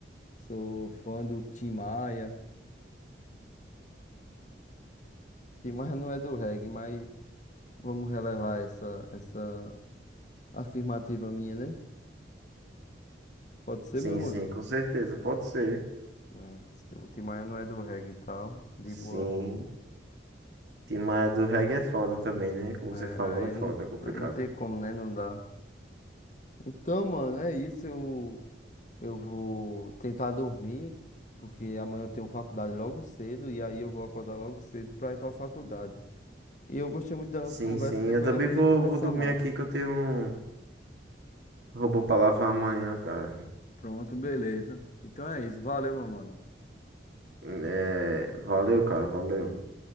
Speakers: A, on the left; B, on the right.
A: sou fã do Tim Maia. Tim Maia não é do reggae, mas vamos relevar essa, essa afirmativa minha, né? Pode ser,
B: Sim,
A: meu mano?
B: sim, com certeza, pode ser.
A: né? O Tim Maia não é do reggae e tal, de
B: Sim.
A: boa.
B: Tim Maia do reggae é foda também, né? Como
A: É,
B: você
A: aí
B: falou, é foda,
A: não,
B: é complicado.
A: aí não tem como, né? Não dá. Então, mano, é isso. Eu, eu vou tentar dormir, porque amanhã eu tenho faculdade logo cedo, e aí eu vou acordar logo cedo pra ir pra faculdade. E eu gostei muito da
B: Sim,
A: nossa conversa,
B: sim.
A: depois
B: Eu também
A: nós podemos
B: vou,
A: conversar
B: vou dormir
A: mais.
B: aqui que eu tenho um robô pra lavar amanhã, cara.
A: Pronto, beleza. Então é isso. Valeu, meu mano.
B: É, valeu, cara, valeu.